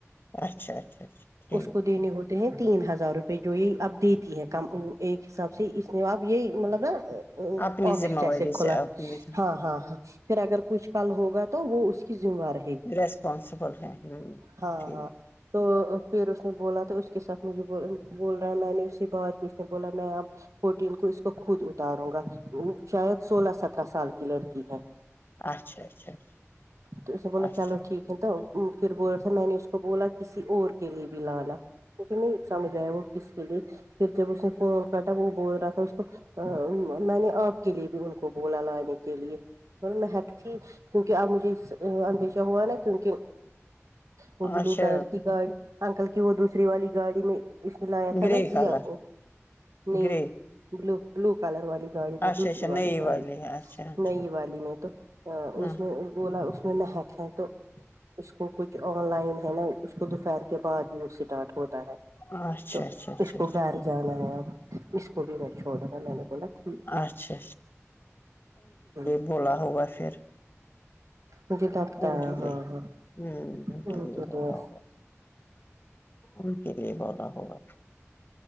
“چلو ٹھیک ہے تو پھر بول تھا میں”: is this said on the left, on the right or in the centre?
Right